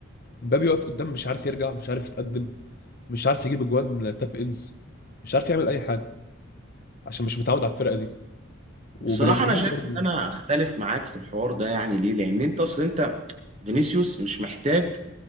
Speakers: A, on the left; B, on the right.
A: مبابي واقف قدام مش عارف يرجع مش عارف يتقدم مش عارف يجيب اجوان تاب انز مش عارف يعمل اي حاجه عشان مش متعود على الفرقه دي
B: بصراحة
A: وبلينجهام
B: انا شايف
A: برضو
B: ان انا اختلف معاك في الحوار ده يعني ليه لان انت اصل انت فينيسيوس مش محتاج